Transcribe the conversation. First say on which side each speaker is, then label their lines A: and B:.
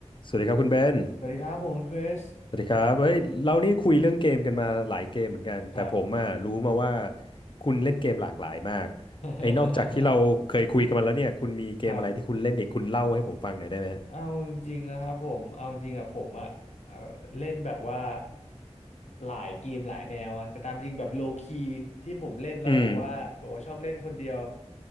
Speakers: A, on the left; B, on the left.
A: สวัสดีครับคุณเบน
B: สวัสดีครับผมคุณคริส
A: สวัสดีครับเฮ้ยเรานี่คุยเรื่องเกมกันมาหลายเกมเหมือนกัน
B: ครับ
A: แต่ผมอ่ะรู้มาว่าคุณเล่นเกมหลากหลายมาก
B: <laughs>
A: ไอ้นอกจากที่เราเคยคุยกันมาแล้วเนี่ยคุณมีเกมอะไรที่คุณเล่นอีกคุณเล่าให้ผมฟังหน่อยได้ไหมฮะ
B: ครับเอาจริงๆนะครับผมเอาจริงอะผมอะเอ่อเล่นแบบว่าหลายเกมหลายแนวอะแต่ตามจริงแบบโลคีที่ผมเล่นแล้วแบบว่าแบบว่าชอบเล่นคนเดียว
A: อืม